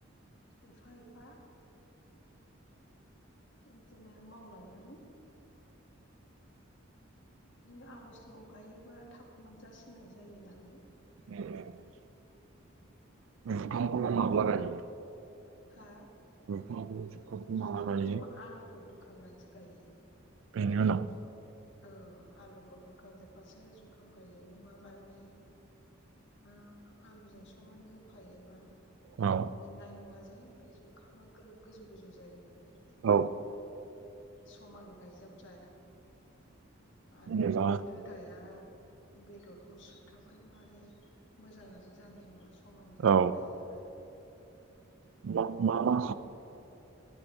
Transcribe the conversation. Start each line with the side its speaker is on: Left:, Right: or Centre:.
Left: एफा एफा इदिनो मावलांनानै। इनो आगस्ट'आव गायोबा थाब मोनजासिननाय जायो नालाय।
Right: <unintelligible> ओंखामखौलाय
Left: ओंखायनो
Right: माब्ला गायो
Left: हा?
Right: नोंथाङाबो जिउखौ बुंलांनाय
Left: जुखामखौ
Right: बायदि
Left: आलुखौ बुरखांनानैसो गायो।
Right: बेनि उनाव।
Left: औ आलुखौ बुरखांजोबबासो जुखाम गायो नङाबा बे <unintelligible> आलुजों समान होफायोबा
Right: अ।
Left: मोननाय नङा जे बे जुखामा ग्रो-गोजौ गोजौ जायो नालाय।
Right: औ
Left: समान गायजाबजाया आरो
Right: जेनेबा
Left: बेनि रो दाया बेदरखौ सुथाबगोन आरो मोजाङानो जानाय नङा। समानजों
Right: औ
Left: गायोबा।
Right: <unintelligible> मा मा